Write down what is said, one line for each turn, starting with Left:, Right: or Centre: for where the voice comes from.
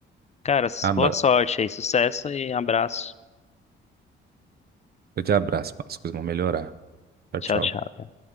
Left: Cara, s-
Right: Abra,
Left: boa sorte aí, sucesso e abraço.
Right: eu te abraço, mano. As coisas vão melhorar. Tchau,
Left: Tchau,
Right: tchau.
Left: tchau.